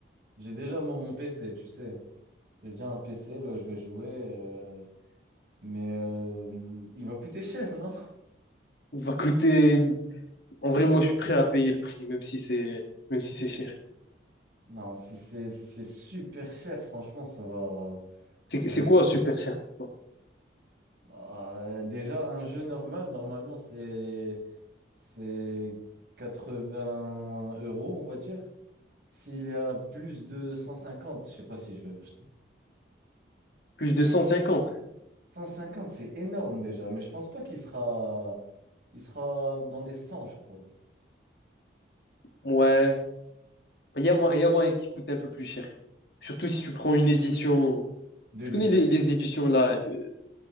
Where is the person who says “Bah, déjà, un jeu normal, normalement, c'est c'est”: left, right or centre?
Right